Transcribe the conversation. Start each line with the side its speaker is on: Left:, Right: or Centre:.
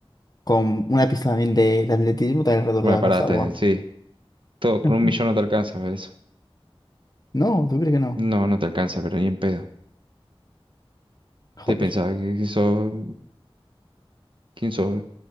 Left: Con una pista también de, de atletismo también alrededor
Right: Bueno,
Left: de la
Right: parate,
Left: casa, guau.
Right: sí. Todo con
Left: <laughs>
Right: un millón no te alcanza para eso.
Left: No, ¿tú crees que no?
Right: No, no te alcanza, pero ni en pedo.
Left: Joder.
Right: ¿Te pensaba que que sos... ¿Quién sos?